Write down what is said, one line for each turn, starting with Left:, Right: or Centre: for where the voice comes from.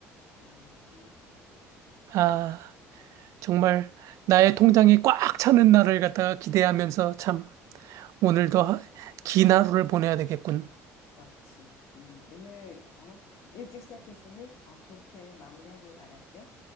Left: 음,
Right: 아, 정말 나의 통장이 꽉 차는 날을 갖다가 기대하면서 참 오늘도 하- 긴 하루를 보내야 되겠군.
Left: 그렇지. 음, 오늘, 어, 일찍 시작했으니, 어, 좋게 마무리하길 바랄게.